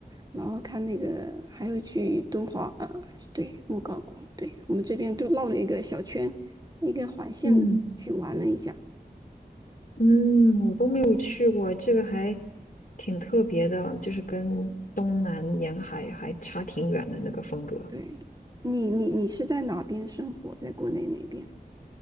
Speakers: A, on the right; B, on the left.
A: 然后看那个，还有去敦煌啊，呃对，莫高窟，对，我们这边都绕了一个小圈，一个环线去玩了一下。
B: 嗯。嗯，我都没有去过，这个还挺特别的，就是跟东南沿海还差挺远的那个风格。
A: 对，你你你是在哪边生活？在国内哪边？